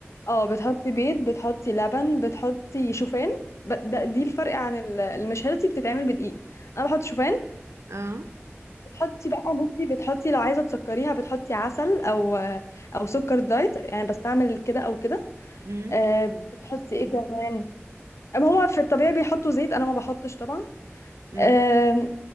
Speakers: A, on the left; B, on the right.
A: اه بتحطي بيض بتحطي لبن بتحطي شوفان ب- ده دي الفرق عن ال- المش هيلسي بتتعمل بدقيق انا بحط شوفان
B: اه
A: بتحطي بقى بصي بتحطي لو عايزه تسكريها بتحطي عسل او او سكر دايت يعني بستعمل كده او كده
B: امم
A: آه، بتحطي ايه كمان أما هما في الطبيعي بيحطوا زيت انا ما بحطش طبعا
B: امم
A: آمم،